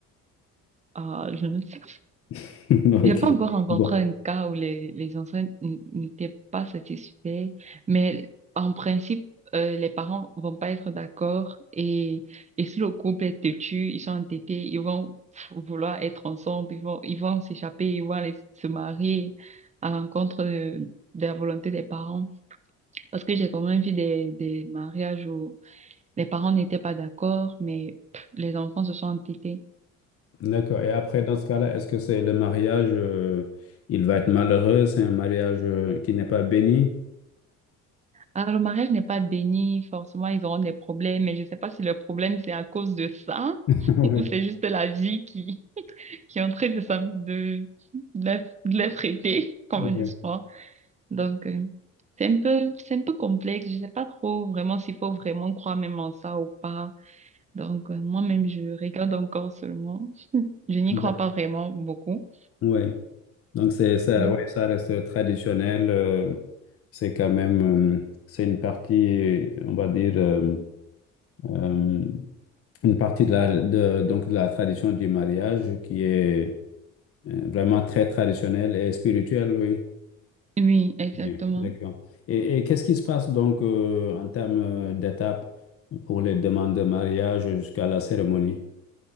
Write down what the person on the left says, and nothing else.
<laughs>
Ok.
Bon.
D'accord. Et après, dans ce cas-là, est-ce que c'est le mariage, euh, il va être malheureux, c'est un mariage euh, qui n'est pas béni?
<laughs>
Ouais.
Ouais.
Ouais.
Ouais. Donc c'est ça,
ouais, ça reste traditionnel. euh, c'est quand même, euh, c'est une partie, on va dire, euh, euh, une partie de la, de, donc de la tradition du mariage qui est euh, vraiment très traditionnelle et spirituelle, oui.
Oui, d'accord. Et, et qu'est-ce qui se passe donc euh, en termes euh, d'étapes pour les demandes de mariage jusqu'à la cérémonie?